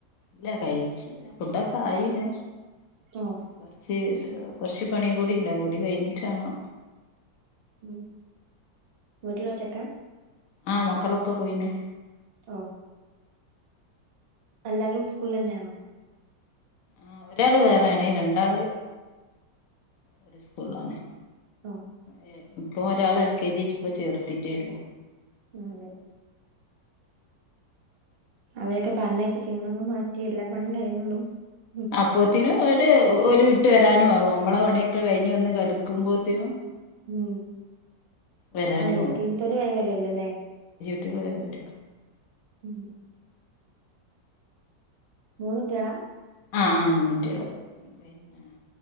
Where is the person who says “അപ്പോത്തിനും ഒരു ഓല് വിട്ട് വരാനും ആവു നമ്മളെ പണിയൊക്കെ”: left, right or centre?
Left